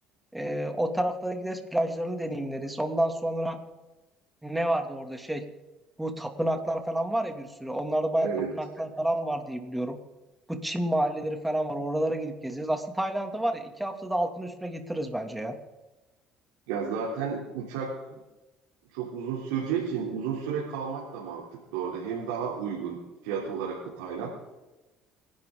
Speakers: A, in the centre; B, on the right.
A: Ee, o taraflara gideriz plajlarını deneyimleriz. Ondan sonra ne vardı orada şey? Bu tapınaklar falan var ya bir sürü. Onlarda bayağı
B: Evet.
A: tapınaklar falan var diye biliyorum. Bu Çin mahalleleri falan var. Oralara gidip gezeceğiz. Aslında Tayland'ı var ya iki haftada altını üstüne getiririz bence ya.
B: Ya zaten uçak çok uzun süreceği için uzun süre kalmak da mantıklı orada. Hem daha uygun fiyat olarak da Tayland.